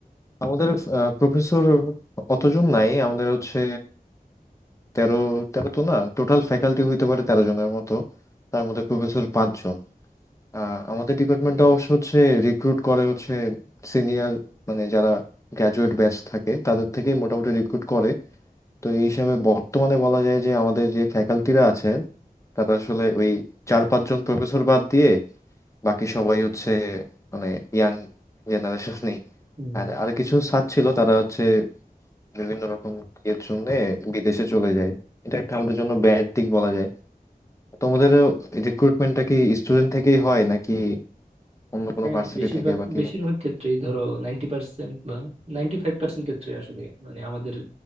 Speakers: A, on the left (about 20°); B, on the right (about 40°).
A: আমাদের প্রফেসর অতজন নাই আমাদের হচ্ছে তেরো তেরো তো না টোটাল ফ্যাকাল্টি হইতে পারে তেরো জনের মতো তার মধ্যে প্রফেসর পাঁচজন আহ,
B: হুম।
A: আমাদের ডিপার্টমেন্টটা অবশ্য হচ্ছে রিক্রুট করে হচ্ছে সিনিয়র মানে যারা গ্র্যাজুয়েট ব্যাচ থাকে তাদের থেকেই মোটামুটি রিক্রুট করে তো এই হিসাবে বর্তমানে বলা যায় যে আমাদের যে ফ্যাকাল্টিরা আছেন তারা আসলে ওই চার পাঁচজন প্রফেসর বাদ দিয়ে বাকি সবাই হচ্ছে মানে ইয়াং জেনারেশনই
B: হুম।
A: আর আর কিছু স্যার ছিল তারা হচ্ছে বিভিন্ন রকম ইয়ের জন্য বিদেশে চলে যায় এটা একটা আমাদের জন্য ব্যাড দিক বলা যায় তোমাদের রিক্রুটমেন্টটা কি স্টুডেন্ট থেকেই হয় নাকি অন্য কোনো
B: হ্যাঁ
A: ভার্সিটি
B: বেশিরভাগ
A: থেকে বা কিভাবে
B: বেশিরভাগ ক্ষেত্রেই ধরো নাইনটি পার্সেন্ট বা নাইনটি ফাইভ পার্সেন্ট ক্ষেত্রে আসলে মানে আমাদের